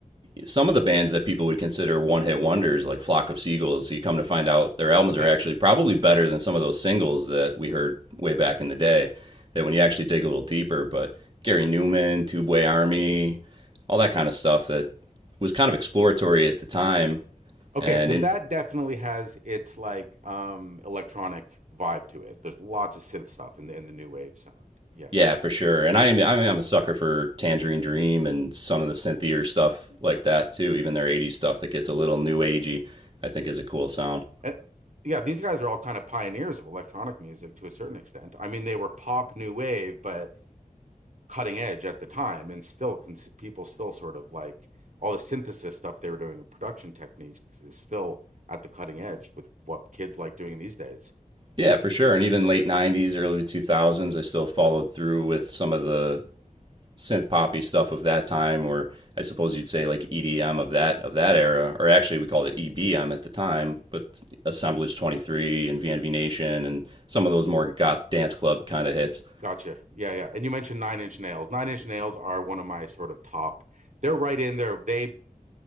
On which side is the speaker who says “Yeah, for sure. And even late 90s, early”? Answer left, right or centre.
Right